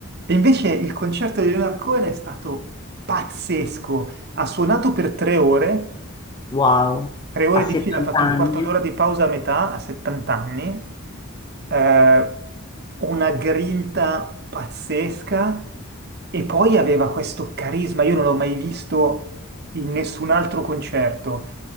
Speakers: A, on the right; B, on the left.
A: E invece il concerto di Leonard Cohen è stato pazzesco. Ha suonato per tre ore,
B: Wow,
A: tre ore
B: a 70
A: di fila, ha fatto
B: anni,
A: un quarto d'ora
B: eh?
A: di pausa a metà, a 70 anni. eh, una grinta pazzesca e poi aveva questo carisma, io non l'ho mai visto in nessun altro concerto.